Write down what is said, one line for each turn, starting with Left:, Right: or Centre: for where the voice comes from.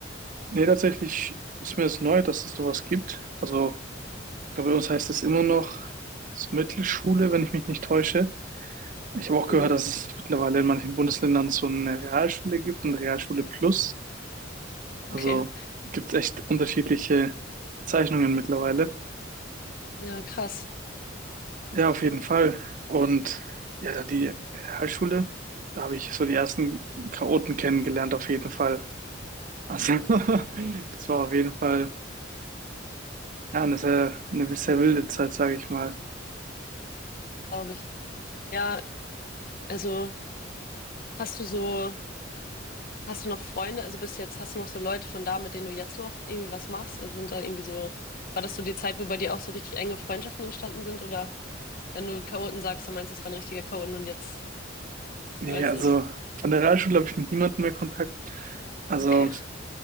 Right: Nee, tatsächlich ist mir das neu, dass es sowas gibt. Also, ich glaube, bei uns heißt es immer noch so Mittelschule, wenn ich mich nicht täusche. Ich habe auch gehört,
Left: Mhm.
Right: dass es mittlerweile in manchen Bundesländern so eine Realschule gibt und Realschule Plus. Also
Left: Okay.
Right: gibt es echt unterschiedliche Zeichnungen mittlerweile.
Left: Ja, krass.
Right: Ja, auf jeden Fall. Und ja, dann die Realschule, da habe ich so die ersten Chaoten kennengelernt, auf jeden Fall. Also <laughs> das war auf jeden Fall ja, eine sehr, eine sehr wilde Zeit, sage ich mal.
Left: Glaube ich. Ja, also hast du so, hast du noch Freunde, also bist jetzt, hast du noch so Leute von da, mit denen du jetzt noch irgendwie was machst? Also sind da irgendwie so, war das so die Zeit, wo bei dir auch so richtig enge Freundschaften entstanden sind? Oder wenn du Chaoten sagst, dann meinst du, es waren richtige Chaoten und jetzt,
Right: Nee,
Left: ich weiß
Right: also
Left: nicht.
Right: an der Realschule habe ich mit niemandem mehr Kontakt. Also
Left: Okay.
Right: ich